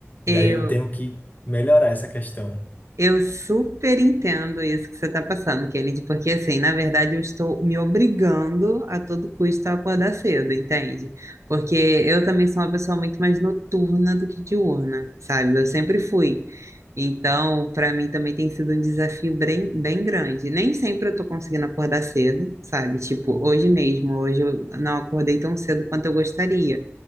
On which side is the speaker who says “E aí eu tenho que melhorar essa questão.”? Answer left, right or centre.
Left